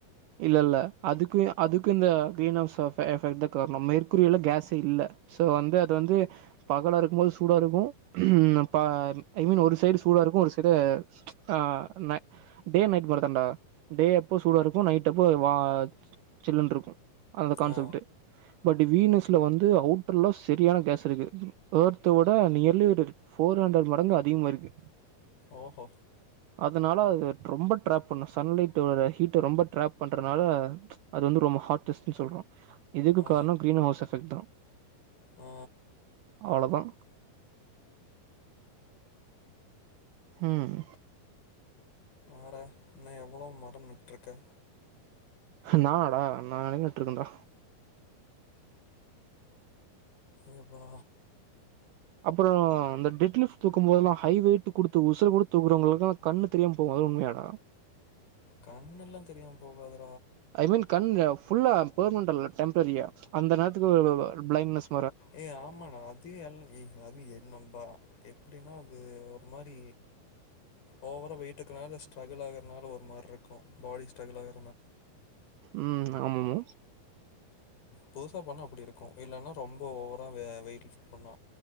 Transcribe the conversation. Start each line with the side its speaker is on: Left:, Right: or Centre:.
Right: இல்ல இல்ல அதுக்கு அதுக்கு இந்த க்ரீன் அவுஸ் ஆஃப் எஃபெக்ட் தா கார்ணோ மெர்குரில கேசே இல்ல சோ வந்து அது வந்து பகலா இருக்கும்போது சூடாருக்கு ப ஐ மீன் ஒரு சைடு சூடாருக்கு ஒரு சைடு ஆ நை டே நைட் மாரி தாண்டா டே அப்ப சூடாருக்கு கு நைட் அப்போ வா ஜில்லுன்ருக்கு அந்த கான்செப்ட்டு
Left: ஆ
Right: பட் வீனஸ்ல வந்து அவுட்ருல செரியான கேஸ் இருக்கு ஏர்த்த விட நியர்லி ஃபோர் ஹண்ட்ரட் மடங்கு அதிகமாருக்கு
Left: ஓஹோ
Right: அதனால அது ரொம்ப டிராப் பண்ணு சன்லைட்டோட ஹீட்ட ரொம்ப ட்ராப் பண்றனால அது வந்து ரொம்ப ஹாட்டஸ்ட்ன் சொல்றோ இதுக்கு
Left: ஆ
Right: காரணோ கிரீன் ஹவுஸ் எஃபெக்ட் தா
Left: ஆ
Right: அவ்ளதா ம்
Left: வேற இன்னு எவ்ளோ மரோ நட்ருக்க
Right: நானா டா நானே நட்ருக்கேன்டா
Left: ஏப்பா
Right: அப்பறோ இந்த டிட் லிஃப் தூக்கும்போதெல்லா ஹை வெயிட் குடுத்து உசுர குடுத் தூக்குறவங்களுக்குலா கண்ணு தெரியாம போகு அதுலா உண்ம யாடா
Left: கண்ணுலா தெரியாம போகாது
Right: ஐ மீன் கண் ஃபுல்லா பெர்மனென்ட்டா இல்ல டெம்ரரியா அந்த நேரத்துக்கு <unintelligible> பிளைட்னஸ்
Left: ஏ ஆமாடா அது எல் ஏ அது என் நம்ப எப்டின்னா அது ஒரு மாரி ஓவரா வெயிட் இக்கனால ஸ்ட்ரகுல் ஆகுறனால ஒரு மாரிருக்கு பாடி ஸ்ட்ரகல் ஆகு
Right: ம் ஆமா ஆமா
Left: புதுசா பண்ணா அப்டி இருக்கு இல்லன்னா ரொம்ப ஓவரா வெயிட் லிஃப்ட் பண்ணா